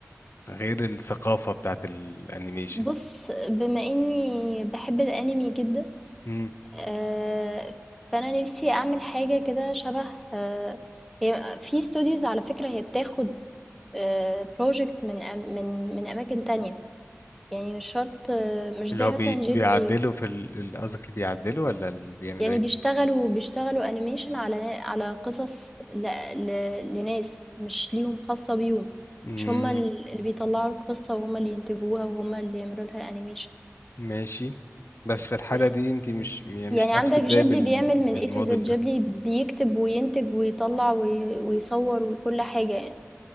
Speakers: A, on the left; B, in the centre.
A: غير الثقافة بتاعت الانيميشن
B: بُص، بما إني باحب الأنمي جدًا،
A: امم
B: آآ، فأنا نفسي أعمل حاجة كده شبه آه، هي في studios على فكرة هي بتاخد آآ project من أم من من أماكن تانية، يعني مش شرط آه، مش
A: اللي
B: زي
A: هو
B: مثلًا
A: بي...
B: Ghibli
A: بيعدلوا في ال- ال- قصدك اللي بيعدلوا ولا اللي بيعملوا
B: يعني
A: ايه
B: بيشتغلوا بيشتغلوا أنيميشن على نا- على قصص ل... ل... لناس مش ليهم خاصة بيهم
A: امم
B: مش هما ال- اللي بيطلعوا القصة وهما اللي ينتجوها وهما اللي يعملوا لها الأنيميشن
A: ماشي بس في الحالة
B: مش...
A: دي انت مش يعني
B: يعني
A: مش هتعرفي
B: عندك جيبلي
A: تبدأي بال...
B: بيعمل
A: بالموديل
B: من A to Z جيبلي
A: ده
B: بيكتب وينتج ويطلع وي... ويصور وكل حاجة يعني